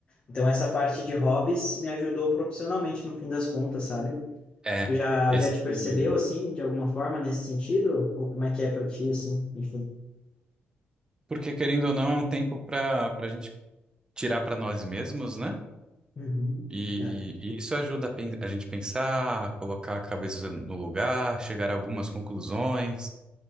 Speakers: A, on the left (about 30°); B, on the right (about 20°).
A: Então, essa parte de hobbies me ajudou profissionalmente, no fim das contas, sabe?
B: É,
A: Tu já,
B: esse.
A: já te percebeu, assim, de alguma forma, nesse sentido? Ou como é que é para ti, assim, enfim?
B: Porque querendo ou não, é um tempo para para a gente tirar para nós mesmos, né?
A: Uhum.
B: E,
A: É,
B: e isso ajuda a, pen- a gente pensar, colocar a cabeça no lugar, chegar a algumas conclusões.